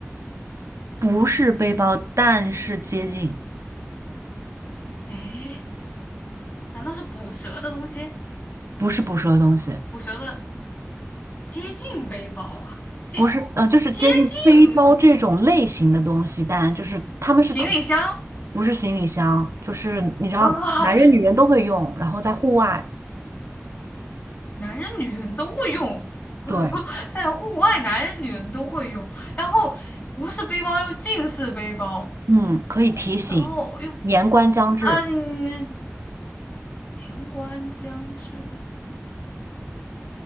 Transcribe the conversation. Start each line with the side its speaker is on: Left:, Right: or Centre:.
Right: 不是背包，但是接近，
Left: 诶，难道是捕蛇的东西？
Right: 不是捕蛇的东西，
Left: 捕蛇的接近背包啊，接
Right: 不是，呃，就是接近背包这种类型的东西，
Left: 接近
Right: 但就是他们是同，
Left: 行李箱
Right: 不是行李箱，就是你知道，
Left: 啊，
Right: 男人女人都会用，然后在户外，
Left: 男人女人都会用。<laughs>
Right: 对，
Left: 在户外，男人女人都会用。然后不是背包，又近似背包，
Right: 嗯，可以提醒，
Left: 然后又
Right: 年关将至，
Left: 嗯，年关将至